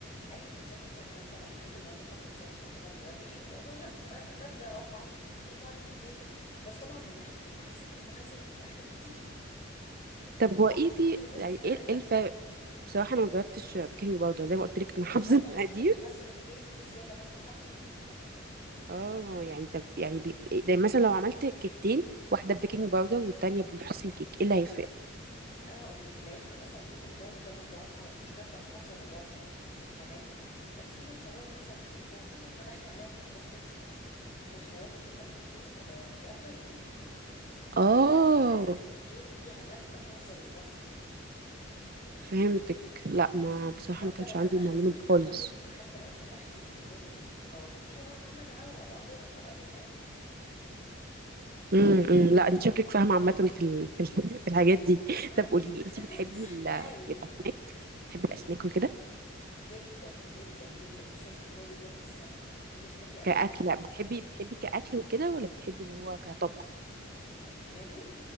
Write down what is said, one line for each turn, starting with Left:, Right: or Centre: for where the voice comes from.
Left: ايوه بتسبب سرطانات طبعا كتر المواد الحافظة بتسبب سرطانات انما البيكنج باودر لا ما- مادة رافعة بترفع لك الكيكة بس طبعا من ناحية الاحسن المحسن الكيك احلى بكتير
Right: طب هو
Left: صح
Right: ايه في
Left: انت لاحظت
Right: يعني
Left: الفرق
Right: ايه
Left: ده
Right: إيه الفرق بصراحه انا ما جربتش بيكنج باودر زي ما قلت لك انا حافظه
Left: ماده
Right: المقادير
Left: حافظه محسن الكيك في زياده ماده حافظه
Right: اه يعني طب يعني بي... ده مثلا لو عملت كيكتين واحده بيكنج باودر والتانيه بمحسن كيك ايه اللي هيفرق
Left: انا هقول لك اللي هيفرق مثلا البيكنج باودر ده ماده رافعه ما فيهوش ماده الحافظه للرفعه فاهماني فانت تيجي تخرجي مثلا البيكنج باودر لو فتحتي عليها البوتاجاز بدري وتخرجي كيكه من الفرن آه، هتلاقيها بتهبط
Right: اه
Left: انما محسن الكيك فيها ماده حافظه للرفع
Right: فهمتك لا ما بصراحه
Left: حتى
Right: ما كانش
Left: لو فتحتي
Right: عندي المعلومه دي
Left: ما
Right: خالص
Left: بقولك حتى لو فتحتي البوتاجاز وخرجتيها ولا الهواء ولا هتهبط ولا اي حاجه
Right: امم امم، لا انت شكلك فاهمه عامه في ال... في, ال... <laughs> في الحاجات دي
Left: يعني
Right: طب قولي لي
Left: <laughs>
Right: انت بتحبي ال... الاسماك
Left: بحاول
Right: بتحبي الاسماك وكده
Left: جدا جدا جدا بص انا شطوره جدا في السمك انت بتحبي انواع
Right: كاكله
Left: إيه في
Right: بتحبي
Left: السمك
Right: بتحبي كاكل وكده ولا بتحبي اللي هو كطبخ
Left: ماله